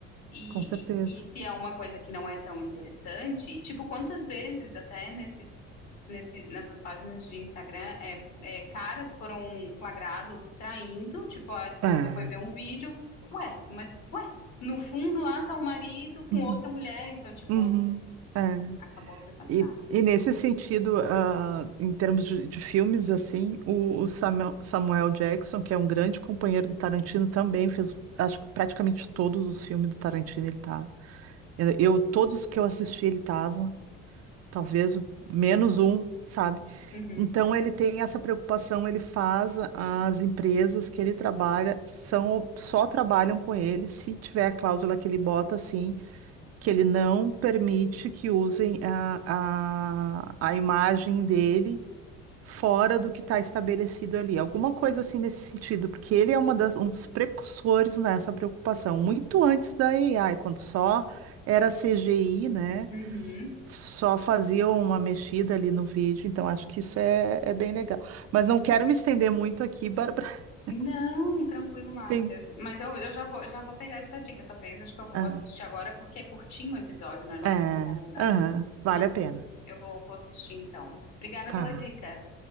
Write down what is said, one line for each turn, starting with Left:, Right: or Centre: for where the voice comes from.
Left: E,
Right: com certeza.
Left: e, e se é uma coisa que não é tão interessante, e tipo, quantas vezes até nesses, nesse, nessas páginas de Instagram, é, é, caras foram flagrados traindo, tipo, a esposa
Right: É. é.
Left: foi ver um vídeo, ué, mas ué, no fundo lá tá o marido com
Right: Uhum,
Left: outra mulher, então, tipo,
Right: uhum, é.
Left: acabou a privacidade.
Right: E, e nesse sentido, ah, em termos de, de filmes, assim, o, o Samuel, Samuel Jackson, que é um grande companheiro do Tarantino, também fez, acho que praticamente todos os filmes do Tarantino ele tá. Eu, eu- todos os que eu assisti, ele tava, talvez o- menos um, sabe?
Left: Uhum,
Right: Então ele tem essa preocupação, ele faz a- as empresas que ele trabalha são só trabalham com ele se tiver a cláusula que ele bota assim, que ele não permite que usem a, a, a imagem dele fora do que está estabelecido ali. Alguma coisa assim nesse sentido, porque ele é uma das, um dos precursores nessa preocupação, muito antes da AI, quando só era CGI, né?
Left: uhum.
Right: só faziam uma mexida ali no vídeo, então acho que isso é, é bem legal. Mas não quero me estender muito aqui, Bárbara. <laughs>
Left: Não, tranquilo, Marta.
Right: Tem.
Left: Mas eu, eu já vou, já vou pegar essa dica, talvez. Acho que eu vou
Right: Ah,
Left: assistir agora, porque é curtinho o episódio, né? Não
Right: é,
Left: é tão longo, né?
Right: aham, vale
Left: Ah, então.
Right: a pena.
Left: Eu vou, vou assistir então. Obrigada
Right: Tá,
Left: pela dica.